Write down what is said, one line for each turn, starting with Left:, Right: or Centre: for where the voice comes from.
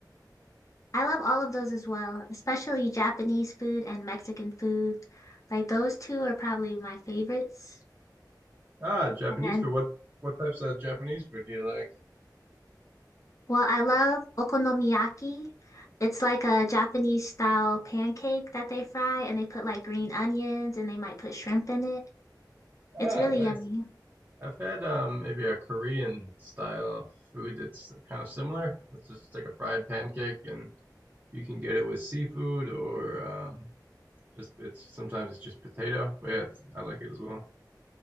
Left: I love all of those as well, especially Japanese food and Mexican food. Like those two are probably my favorites.
Right: Ah, Japanese
Left: And then,
Right: food. What what types of Japanese food do you like?
Left: well, I love okonomiyaki. It's like a Japanese style pancake that they fry and they put like green onions and they might put shrimp in it. It's
Right: Ah,
Left: really
Right: nice.
Left: yummy.
Right: I've had um, maybe a Korean style food that's kind of similar. It's just like a fried pancake, and you can get it with seafood or um, just it's sometimes it's just potato. But yeah, it's- I like it as well.